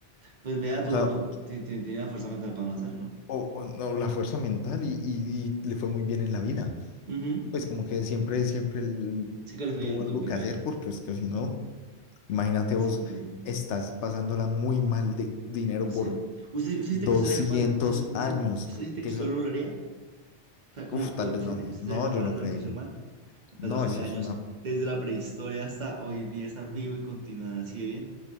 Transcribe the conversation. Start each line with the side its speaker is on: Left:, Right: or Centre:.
Right: Pues vea, tuvo,
Left: o, sea,
Right: tu-
Left: o-
Right: ti- ti- tiene la fuerza mental para no hacerlo.
Left: o- o no, la fuerza mental y, y y le fue muy bien en la vida.
Right: Ujú.
Left: pues como que siempre, siempre él
Right: Sí que le fue
Left: tuvo
Right: bien, le
Left: algo
Right: tuvo que
Left: que
Right: ir bien.
Left: hacer, porque es que si no, imagínate
Right: Sí,
Left: vos,
Right: completo.
Left: estás pasándola muy mal de dinero
Right: No sé.
Left: por
Right: ¿Usted, usted
Left: 200
Right: siente que usted sería capaz de... Usted,
Left: años,
Right: usted- usted siente
Left: que
Right: que usted
Left: eso,
Right: lo lograría? O sea, como,
Left: uff,
Right: ¿usted
Left: tal vez
Right: siente
Left: no,
Right: que usted
Left: no,
Right: sería capaz
Left: yo
Right: de
Left: no
Right: hacer
Left: creo,
Right: lo que hizo el man?
Left: no,
Right: catorce
Left: eso
Right: mil años,
Left: es una,
Right: desde la prehistoria hasta hoy día, estar vivo y continuar así de bien.